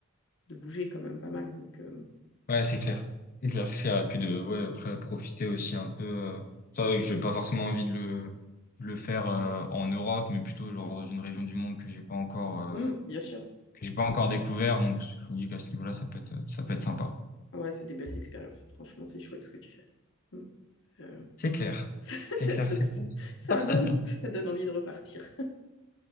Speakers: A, on the left (about 60°); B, on the left (about 40°).
A: de bouger quand même pas mal. Donc, euh,
B: Ouais, c'est clair. C'est clair, c'est clair. Et puis de ouais, après profiter aussi un peu. Euh... C'est vrai que j'ai pas forcément envie de le de le faire euh, en Europe, mais plutôt genre dans une région du monde que j'ai pas encore euh,
A: mm, mm, bien sûr.
B: que j'ai pas encore découvert. Donc je me dis qu'à ce niveau-là, ça peut être ça peut être sympa.
A: Ouais, c'est des belles expériences. Franchement, c'est chouette ce que tu fais. Mm. Euh,
B: C'est clair.
A: <laughs> ça,
B: C'est
A: ça
B: clair,
A: donne,
B: c'est clair.
A: ça,
B: <laughs>
A: donne, ça donne envie de repartir.